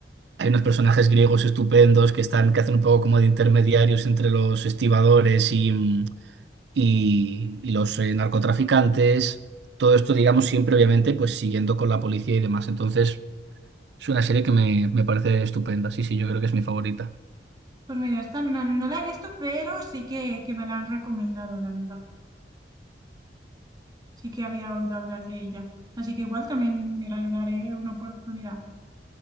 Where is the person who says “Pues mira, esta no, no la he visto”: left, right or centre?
Right